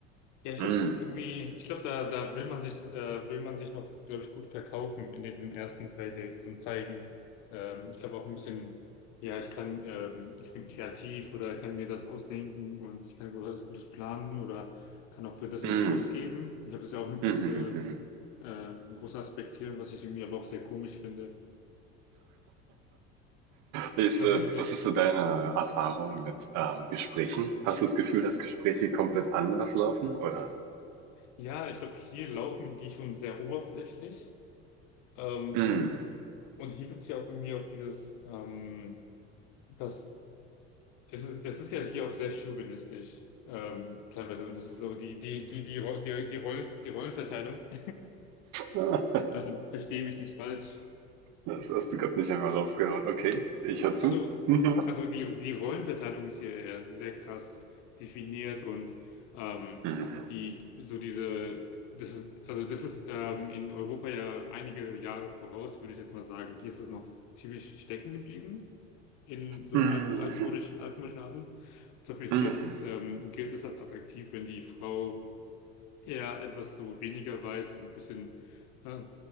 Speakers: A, on the left; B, on the right.
A: Ja, ich
B: Mm,
A: habe irgendwie, ich glaube, da, da will man sich, äh, will man sich noch, glaube ich, gut verkaufen in diesen ersten drei Dates und zeigen, ähm, ich glaube auch ein bisschen, ja, ich kann, ähm, ich bin kreativ oder kann mir das ausdenken und ich kann was Gutes planen oder kann auch für das und
B: mm,
A: das ausgeben. Ich habe das ja auch eine große,
B: mm, mm, mm.
A: äh, ein großer Aspekt hier, was ich irgendwie aber auch sehr komisch finde.
B: Ist,
A: Dass
B: äh,
A: man sich, so-
B: was ist so deine Erfahrung mit ähm, Gesprächen? Hast du das Gefühl, dass Gespräche komplett anders laufen oder?
A: ja, ich glaube, hier laufen die schon sehr oberflächlich, ähm,
B: Mm.
A: und, und hier gibt's ja auch irgendwie auch dieses, ähm, das Das ist, das ist ja hier auch sehr chauvinistisch, ähm, teilweise. Und das ist so die, die, die, die, Ro- die, die Rollen, die Rollenverteilung. <laughs>
B: Ah.
A: Also verstehe mich nicht falsch.
B: Das hast du gerade nicht einmal rausgehauen. Okay, ich hör zu.
A: Also,
B: Mhm.
A: also
B: <laughs>
A: die, die Rollenverteilung ist hier ja sehr krass definiert und ähm,
B: Mhm.
A: die, so diese, das ist, also das ist ähm, in Europa ja einige Jahre voraus, würde ich jetzt mal sagen. Hier ist es noch ziemlich stecken geblieben in so
B: Mhm.
A: alten, altmodischen, altmodischen Arten. Zum Beispiel
B: Mhm.
A: hier ist es, ähm, gilt es als attraktiv, wenn die Frau eher etwas so weniger weiß und ein bisschen äh,